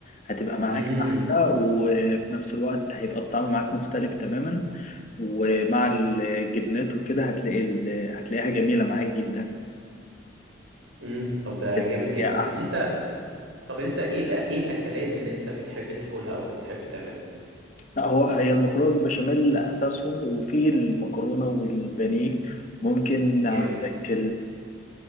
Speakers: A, on the left; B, on the right.
A: هتبقى معاك
B: امم
A: احلى وفي نفس الوقت هيبقى الطعم معاك مختلف تماما ومع الجبنات وكده هتلاقي ال- هتلاقيها جميله معاك جدا
B: امم طب ده
A: تحس
B: جامد جدا
A: ان هي احسن
B: طب انت طب انت ايه الأ- ايه الاكلات اللي انت بتحب تاكلها او بتحب تعملها
A: لا هو هي المكرونه بالبشاميل اساسهم وفي المكرونه والبانيه ممكن
B: جامد
A: عندك